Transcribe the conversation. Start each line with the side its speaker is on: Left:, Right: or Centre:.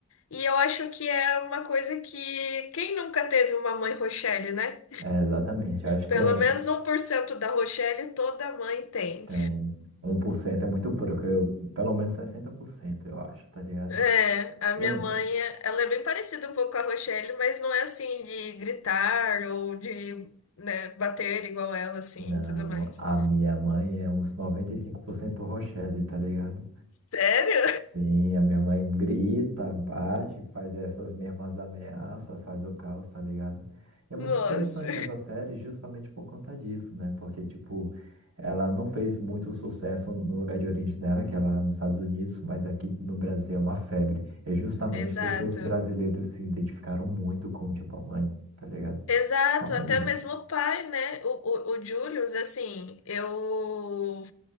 Left: E eu acho que é uma coisa que quem nunca teve uma mãe Rochelle, né?
Right: É, exatamente. Eu acho
Left: Pelo
Right: que é
Left: menos um por cento da Rochelle toda mãe tem.
Right: Tem. um por cento é muito pouco, eu, pelo menos 60% eu acho, tá ligado?
Left: É, a minha
Right: E a-
Left: mãe, ela é bem parecida um pouco com a Rochelle, mas não é assim de gritar ou de, né, bater igual ela assim,
Right: não,
Left: e tudo mais.
Right: a minha mãe é uns 95% Rochelle, tá ligado?
Left: Sério?
Right: Sim, a minha mãe grita, bate, faz essas mesmas ameaças, faz o caos, tá ligado? E é
Left: Nossa.
Right: muito interessante essa série justamente por conta disso, né? Porque, tipo, ela não fez muito sucesso no lugar de origem dela, que é lá nos Estados Unidos, mas aqui no Brasil é uma febre. É justamente
Left: <laughs> Exato.
Right: porque os brasileiros se identificaram muito com, tipo, a mãe, tá ligado?
Left: Exato,
Right: Com a família.
Left: até mesmo o pai, né? O, o, o Julius, assim, eu.